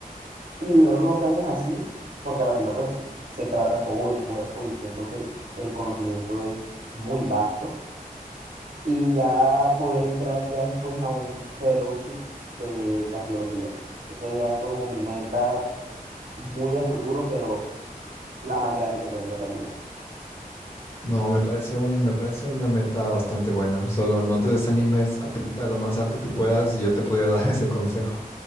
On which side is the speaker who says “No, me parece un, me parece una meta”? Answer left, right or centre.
Left